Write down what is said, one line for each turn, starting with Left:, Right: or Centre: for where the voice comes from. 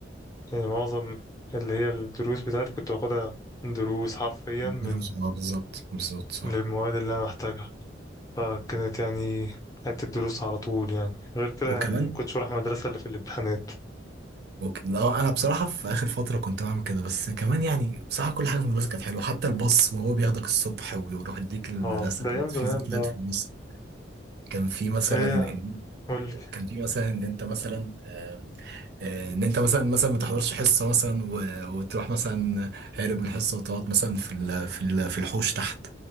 Left: يعني معظم اللي هي الدروس بتاعتي كنت باخدها دروس حرفيا من
Right: دروس اه بالظبط بالظبط صح
Left: للمواد اللي أنا محتاجها فكانت يعني قعدت الدروس على طول يعني غير كده
Right: وكمان
Left: يعني مكنتش بروح المدرسة إلا في الامتحانات
Right: وك... لا انا بصراحة في اخر فترة كنت بعمل كده بس كمان يعني بصراحة كل حاجة في المدرسة كانت حلوة حتى الباص وهو بياخدك الصبح ويروح يديك المدرسة
Left: اه ده
Right: كنت
Left: أيام زمان
Right: في ذكريات
Left: بقى
Right: في الباص كان في مثلا
Left: هي
Right: إن-
Left: قولك
Right: كان في مثلا ان انت مثلا آم، آه، ان انت مثلا مثلا ما تحضرش حصه مثلا و- وتروح مثلا هارب من الحصه وتقعد مثلا في ال- في ال- في الحوش تحت